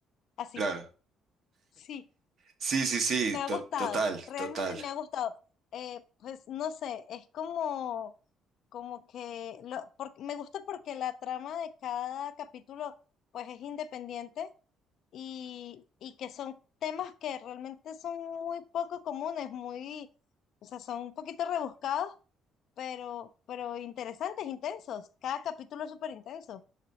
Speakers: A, on the left; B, on the right.
A: Así,
B: Claro.
A: sí,
B: Sí, sí, sí,
A: me ha
B: to-
A: gustado,
B: total,
A: realmente
B: total.
A: me ha gustado. Eh, pues no sé, es como, como que lo, por- me gusta porque la trama de cada capítulo pues es independiente y, y que son temas que realmente son muy poco comunes, muy, o sea, son un poquito rebuscados, pero, pero interesantes, intensos. Cada capítulo es súper intenso.